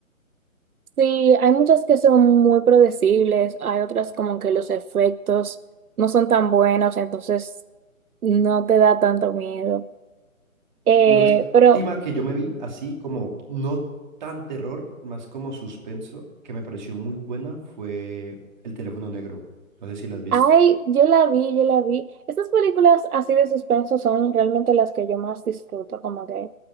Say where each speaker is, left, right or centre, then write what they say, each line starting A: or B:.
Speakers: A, on the right; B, on the right.
A: Sí, hay muchas que son muy predecibles, hay otras como que los efectos no son tan buenos, entonces no te da tanto miedo. Eh,
B: La última
A: pero
B: que yo me vi, así como no tan terror, más como suspenso, que me pareció muy buena, fue El teléfono negro. No sé si la has visto.
A: hay, yo la vi, yo la vi. Estas películas así de suspenso son realmente las que yo más disfruto, como que